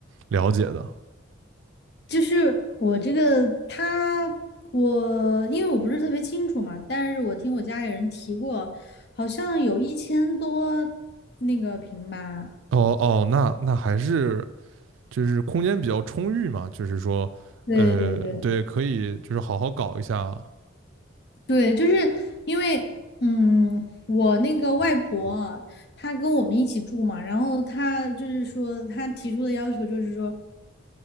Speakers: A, on the right; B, on the left.
A: 了解的。
B: 就是我这个他，我因为我不是特别清楚嘛，但是我听我家里人提过，好像有一千多那个平吧。
A: 哦哦，那那还是就是空间比较充裕嘛，就是说，
B: 对对对，
A: 呃，对，可以就是好好搞一下，
B: 对，就是因为，嗯，我那个外婆她跟我们一起住嘛，然后她就是说，她提出的要求就是说，